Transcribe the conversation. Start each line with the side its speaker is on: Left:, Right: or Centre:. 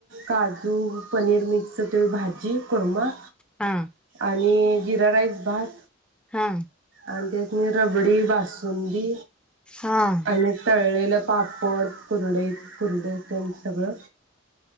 Right: काजू, पनीर मिक्स ते भाजी कुर्मा
Centre: हा
Right: आणि जिरा राईस भात.
Centre: हा.
Right: आणि त्यासनी रबडी बासुंदी
Centre: हा
Right: आणि तळलेलं पापड कुरडई कुरडया तेन सगळं.